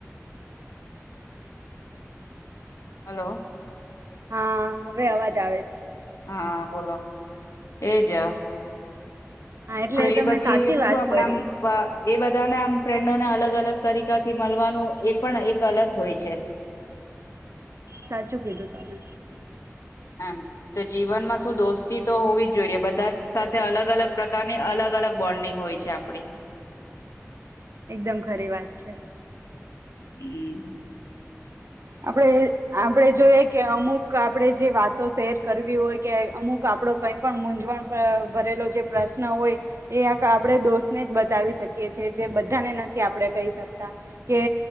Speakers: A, on the left (about 70°); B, on the right (about 60°).
A: હલો
B: હા, હવે અવાજ આવે.
A: હા, બોલો એજ અ
B: હા એટલે
A: તો, એ
B: તમે
A: બધી
B: સાચી
A: શું
B: વાત
A: આપણામ
B: કરી
A: વા એ બધાને આમ ફ્રેન્ડોને અલગ અલગ તરીકાથી મળવાનું એ પણ એક અલગ હોય છે.
B: સાચું કીધું તમે.
A: હમ તો જીવનમાં શું દોસ્તી તો હોવી જ જોઈએ બધા સાથે અલગ અલગ પ્રકારની અલગ અલગ બોન્ડિંગ હોય છે. આપડી
B: એકદમ ખરી વાત છે.
A: હમ્મ,
B: આપડે આપડે જોઈએ, કે અમુક આપડે જે વાતો શેર કરવી હોય કે, અમુક આપણો કઈ પણ મૂંઝવણ ભરેલો જે પ્રશ્ન હોય એ આપણે દોસ્તને જ બતાવી શકીએ છી. જે બધાને નથી આપણે કહી શકતા કે,